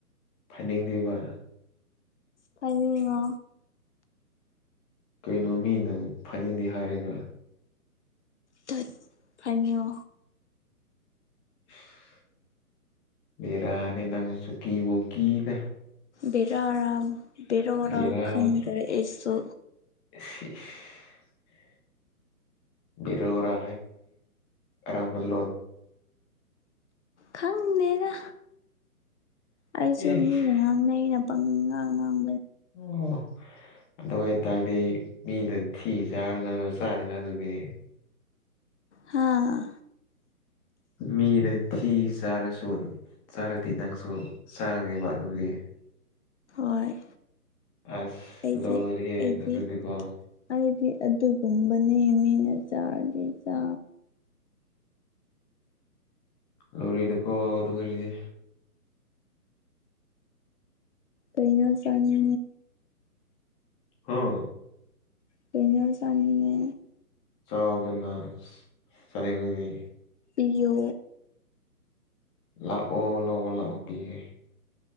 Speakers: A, on the left; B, on the left.
A: ꯐꯅꯤꯡꯗꯕ
B: ꯐꯉ
A: ꯀꯩꯅꯣ ꯃꯤ ꯅꯝ ꯐꯅꯤꯡꯗꯦ ꯍꯥꯏꯔꯦꯅ
B: ꯇꯠ ꯐꯅꯤꯣ
A: <unintelligible> ꯃꯔꯥꯅꯦ ꯅꯪ ꯁꯨꯀꯤ ꯀꯤꯗ
B: ꯕꯤꯔꯔꯥ ꯕꯤꯔꯔꯥ
A: ꯕꯦꯔꯥ
B: ꯈꯪꯗ꯭ꯔꯦ ꯑꯩꯁꯨ
A: <unintelligible> ꯔꯣꯔ ꯔꯃꯜ
B: ꯈꯪꯅꯦꯔ ꯑꯩꯁꯨ
A: ꯏꯁ
B: ꯃꯤꯅ ꯉꯥꯡꯅꯩ ꯑꯩꯅ ꯄꯪꯥꯡ ꯉꯥꯡ
A: ꯎꯝ ꯑꯗꯨ ꯑꯣꯏꯇꯥꯔꯗꯤ ꯃꯤꯗ ꯊꯤ ꯆꯥꯔꯗ ꯆꯥꯗꯅ ꯑꯗꯨꯗꯤ
B: ꯍꯥꯥ
A: ꯃꯤ ꯅ ꯊ ꯁꯔ ꯁꯣ ꯆꯥꯔꯗꯤ ꯅꯪꯁꯨ ꯆꯥꯒꯅꯦꯕ ꯑꯗꯨꯗꯤ
B: ꯍꯣꯏ
A: ꯑꯁ
B: ꯑꯩꯗꯤ
A: ꯂꯣꯏꯔꯦꯍꯦ
B: ꯑꯩꯗꯤ
A: ꯑꯗꯨꯗꯤꯀꯣ
B: ꯍꯥꯏꯗꯤ ꯑꯗꯨꯒꯨꯝꯕꯅꯤ ꯅꯅꯤꯃꯤꯅ ꯆꯥꯗꯖ
A: ꯂꯧꯔꯤꯗꯀꯣ ꯑꯗꯨꯔꯤꯗꯤ
B: ꯇꯔꯤꯅꯁꯅꯦ
A: ꯑꯝ
B: ꯀꯩꯅ ꯆꯥꯅꯤꯅꯦ
A: ꯆꯥꯎꯗꯅ ꯆꯅꯤꯡꯉꯗꯤ
B: ꯏꯨ
A: ꯂꯥꯛꯑꯣ ꯂꯥꯛꯑꯣ ꯂꯥꯛꯑꯣ ꯄꯤꯒꯦ